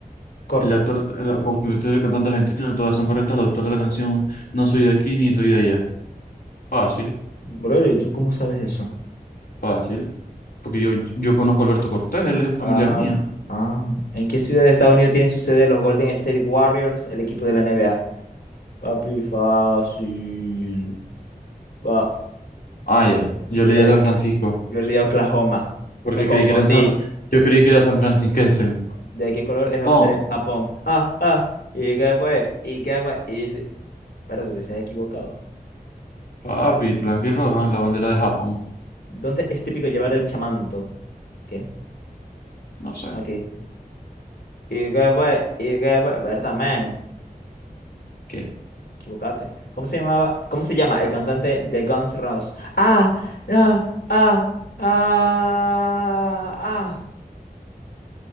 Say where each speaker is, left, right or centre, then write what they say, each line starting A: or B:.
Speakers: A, on the left; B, on the left.
A: Cortés.
B: El actor, el compositor y el cantante argentino, todas son correctas. El autor de la canción, no soy de aquí ni soy de allá. Fácil,
A: Bro, ¿y tú cómo sabes eso?
B: fácil. Porque yo, yo conozco a Alberto Cortés, él es familiar
A: Ah,
B: mío.
A: ah. ¿En qué ciudad de Estados Unidos tiene su sede los Golden State Warriors, el equipo de la NBA? Papi, fácil. Fa-
B: Ah, ya. Yo leí
A: eh,
B: a San Francisco,
A: Yo leí Oklahoma.
B: porque
A: Me confundí.
B: creí que eran San- yo creí que era San Francisquense.
A: ¿De qué color es la
B: Pon,
A: bandera de Japón? Ah, ah. ¿Y qué fue? ¿Y qué fue? Y... se- Espérate, que se ha equivocado.
B: papi, blanca y roja, la bandera de Japón.
A: ¿Dónde es típico llevar el chamanto? ¿Qué?
B: No sé.
A: Aquí. Y que fue, y que fue, Berta, man,
B: ¿Qué?
A: equivocate. ¿Cómo se llamaba? ¿Cómo se llama el cantante de Guns N' Roses? Ah, ah, ah, ah, ah.